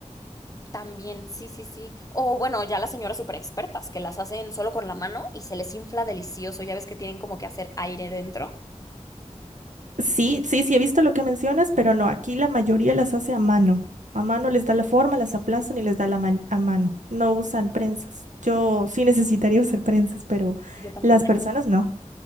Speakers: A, on the left; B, on the right.
A: También, sí, sí, sí. O bueno, ya las señoras super expertas que las hacen solo con la mano y se les infla delicioso. Ya ves que tienen como que hacer aire dentro.
B: Sí, sí, sí, he visto lo que mencionas, pero no, aquí la mayoría las hace a mano. A mano les da la forma, las aplastan y les da la man- a mano. No usan prensas. Yo sí <laughs> necesitaría usar prensas, pero
A: Y yo también.
B: las personas no.